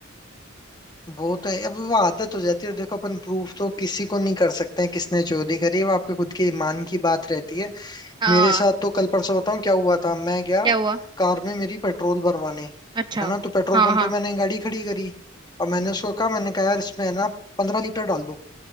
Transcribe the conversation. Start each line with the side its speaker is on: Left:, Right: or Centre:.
Left: वो तो है अब वो आदत हो जाती है देखो अपन प्रूफ तो किसी को नहीं कर सकते हैं किसने चोरी करी है वो आपके खुद के ईमान की बात रहती है
Right: हाँ
Left: मेरे साथ तो कल परसों बताऊं क्या हुआ था मैं गया
Right: क्या हुआ
Left: कार में मेरी पेट्रोल भरवाने
Right: अच्छा
Left: है ना तो पेट्रोल
Right: हाँ
Left: पंप
Right: हाँ
Left: पे मैंने गाड़ी खड़ी करी और मैंने उसको कहा मैंने कहा यार इसमें है ना पंद्रह लीटर डाल दो